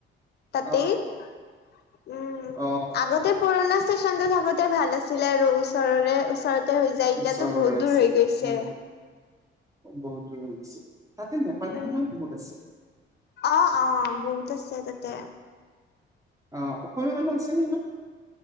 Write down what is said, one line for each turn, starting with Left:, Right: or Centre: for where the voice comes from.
Left: তাতে
Right: অ
Left: উম
Right: অ অ
Left: আগতে
Right: অ
Left: পুৰণাছ ষ্টেচনটো থাকোতে ভাল আছিলে আৰু ওচৰৰে ওচৰতে হৈ যায়
Right: ওচৰৰে
Left: এতিয়াতো বহুত
Right: আছিলে
Left: দূৰ হৈ গৈছে।
Right: হা বহুত দূৰ হৈ গৈছে তাতে নেপালী
Left: উম
Right: মানুহ বহুত আছে।
Left: অ অ বহুত আছে তাতে।
Right: অ আসমীয়া মানু্হ আছে নিকি তাত।